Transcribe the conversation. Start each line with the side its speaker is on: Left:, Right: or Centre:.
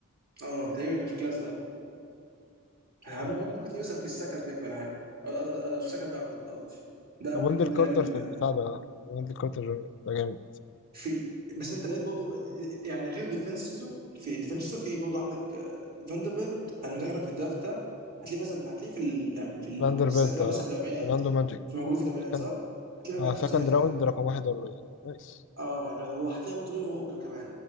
Right: اه تقريبا كان في الكلاس ده يعني
Left: آه،
Right: مم- ممكن تلاقيه مثلا في السكند باك ولا حاجه أو- أو- أو- أو في السكند باك قصدي ده
Left: ويندل
Right: من ضمن
Left: كارتر
Right: اللعيبه اللي
Left: في البتاع ده ويندل كارتر جونيور ده جامد
Right: في بس انت لقيت برضه يعني غير ديفينسيزو في ديفينسيزو في برضه عندك آه، فاندربيلت انا متاكد في الدرافت ده هتلاقيه مثلا هتلاقيه في ال... يعني في
Left: فاندربيلت
Right: ال... اللي
Left: اه
Right: هو مثلا في الاربعينات
Left: اورلاندو ماجيك
Right: في موجود في الاربعينات
Left: كان
Right: صح؟ هتلاقيه في الاربعينات
Left: اه سكند
Right: خمسينات
Left: راوند
Right: كده
Left: رقم 41 نايس
Right: اه ماي جاد هو هتلاقي برضه لوني ووكر كمان